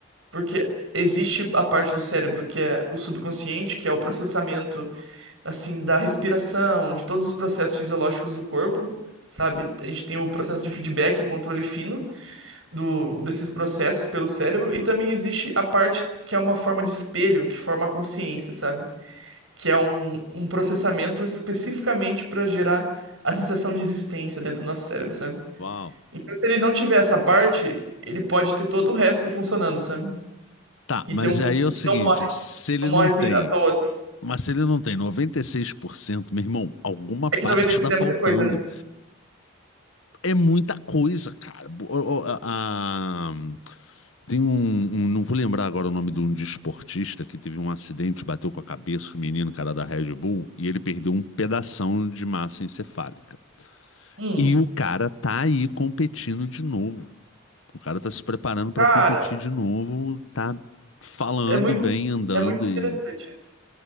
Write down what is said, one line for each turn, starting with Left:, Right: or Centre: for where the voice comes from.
Right: porque existe a parte do cérebro que é o subconsciente, que é o processamento, assim, da respiração, de todos os processos fisiológicos do corpo, sabe? A gente tem o processo de feedback e controle fino do, desses processos pelo cérebro, e também existe a parte que é uma forma de espelho, que forma a consciência, sabe? que é um, um processamento especificamente para gerar a sensação de existência dentro do nosso cérebro, sabe?
Left: Uau.
Right: Então, se ele não tiver essa parte, ele pode ter todo o resto funcionando, sabe?
Left: Tá,
Right: E
Left: mas
Right: ter um corpo
Left: aí é o seguinte,
Right: que não morre,
Left: se ele
Right: não morre
Left: não
Right: assim,
Left: tem,
Right: à toa, assim.
Left: mas se ele não tem 96%, meu irmão, alguma
Right: É
Left: parte
Right: que 96
Left: está
Right: é
Left: faltando.
Right: muita coisa, né?
Left: é muita coisa, cara. a- a- tem um, um- Não vou lembrar agora o nome de um desportista que teve um acidente, bateu com a cabeça o menino, cara da Red Bull, e ele perdeu um pedação de massa encefálica.
Right: Hum,
Left: E o cara tá aí competindo de novo. O cara tá se preparando pra
Right: cara,
Left: competir de novo, tá falando
Right: é muito,
Left: bem, andando
Right: é muito interessante
Left: e.
Right: isso.